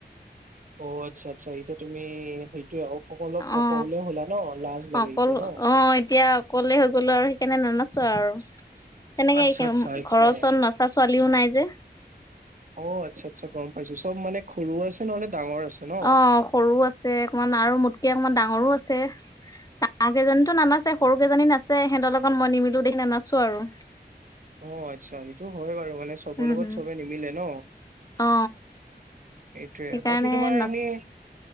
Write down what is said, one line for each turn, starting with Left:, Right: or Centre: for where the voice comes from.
Right: অ আচ্ছা আচ্ছা এতিয়া তুমি সেইটোয়ে অ অলপ
Left: অ
Right: অকলেও হ'লা ন লাজ লাগে
Left: অকল
Right: এতিয়া ন
Left: অ এতিয়া অকলে হৈ গ'লো আৰু সেইকাৰণে ন ন আৰু, তেনেকে
Right: আচ্ছা
Left: এই
Right: আচ্ছা একো
Left: ঘৰৰ
Right: নাই
Left: ওচৰত নচা ছোৱালীও নাই যে।
Right: অ আচ্ছা আচ্ছা গম পাইছো চব মানে ঘৰো আছে নহলে ডাঙৰ আছে ন
Left: অ সৰুও আছে অকমান আৰু মোটকে অকমান ডাঙৰো আছে। ডাঙৰ কেইজনীতো নানাছে সৰু কেইজনী নাে সিহঁতৰ লগত মই নিমিলো দেখি নানাচো আৰু।
Right: অ আচ্ছা সেইটো হয় বাৰু মানে চবৰ
Left: উম
Right: লগত
Left: উম
Right: চবে নিমিলে ন
Left: অ
Right: হেইটোয়ে।
Left: সেইকাৰণে
Right: বাকী তোমাৰ
Left: নাচ
Right: এনেই